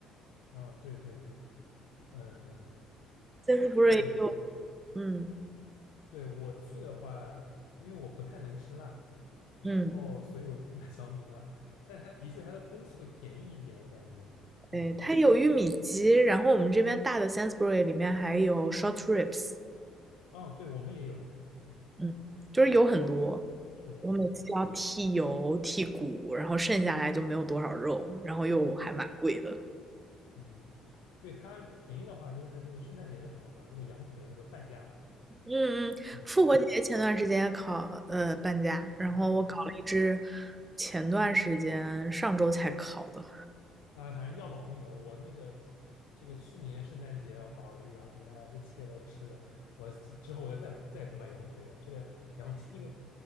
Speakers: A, on the left; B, on the right.
A: 啊、对对对，嗯、呃
B: ，Sainsbury
A: s a n s b u r y
B: 有，嗯
A: 对，我去的话，因为我不太能吃辣，然后所以我就不买
B: 嗯，
A: <laughs> 小米辣。但是它的确，它的东西会便宜一点，我感觉。嗯，
B: 对，它有玉米鸡，然后我们这边大的 s a n s b u r y 里面还有 short ribs，
A: 哦，对，我们也有。嗯，
B: 嗯，就是有很多，
A: 是的，
B: 我每次要剔油剔骨，
A: 是的。
B: 然后剩下来就没有多少肉，然后又还蛮贵的。
A: 嗯嗯，对，它便宜的话，就是那个圣诞节的时候嘛，那个羊腿那时候半价。
B: 嗯嗯，
A: 嗯
B: 复活节前段时间考呃搬家，然后我搞了一只，
A: 嗯，
B: 前段时间上周才考的。
A: 啊，反正要老命了。我那个这个去年圣诞节我搞了一个羊腿，哎呀这切都吃的，我之之后我就再再也不买羊腿了。这个羊切个，